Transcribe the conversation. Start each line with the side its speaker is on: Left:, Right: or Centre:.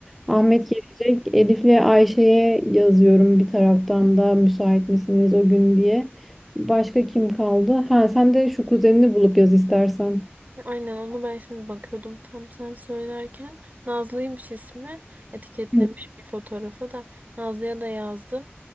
Centre: Ahmet gelecek. Elif'le Ayşe'ye yazıyorum bir taraftan da müsait misiniz o gün diye. Başka kim kaldı? Ha sen de şu kuzenini bulup yaz istersen.
Right: Aynen onu ben şimdi bakıyordum tam sen söylerken. Nazlı'ymış ismi. Etiketlemiş
Centre: Hı.
Right: bir fotoğrafa da. Nazlı'ya da yazdım.